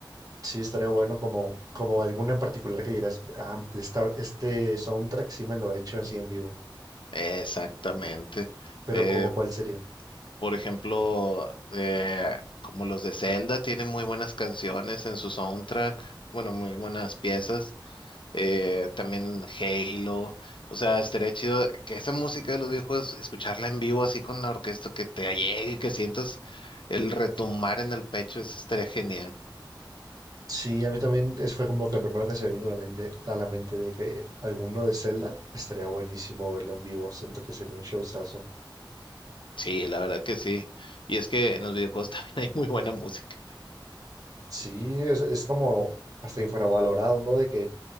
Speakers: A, on the right; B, on the left.
A: Sí, estaría bueno como, como alguna en particular que dirás, ah, esta- este soundtrack sí me lo he hecho así en vivo,
B: Exactamente.
A: pero
B: Eh,
A: como cuál sería.
B: Por ejemplo, eh, como los de Zelda tienen muy buenas canciones en su soundtrack, bueno, muy buenas piezas. Eh, también Halo, o sea, estaría chido que esa música de los viejos, escucharla en vivo así con la orquesta, que te llegue, que sientas el retumbar en el pecho, eso estaría genial.
A: Sí, a mí también es- fue como que el primero que se me vino a la mente, a la mente de que alguno de Zelda estaría buenísimo verlo en vivo. Siento que sería un showzazo.
B: Sí, la verdad que sí. Y es que en los videojuegos <laughs> también hay muy buena música.
A: Sí, es, es como hasta infravalorado, ¿no? De que